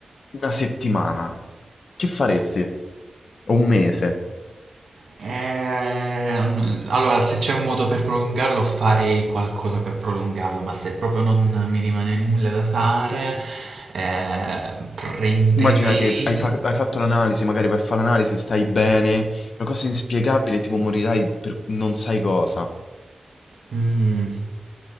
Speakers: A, on the left; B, on the right.
A: una settimana, che faresti? O un mese?
B: Ehm, allora, se c'è un modo per prolungarlo, farei qualcosa per prolungarlo, ma se proprio non mi rimane nulla da fare, eh, prenderei...
A: Tu Immagina che hai, fa- hai fatto l'analisi, magari vai a fare l'analisi, stai bene, una cosa inspiegabile, tipo morirai per non sai cosa.
B: Mm.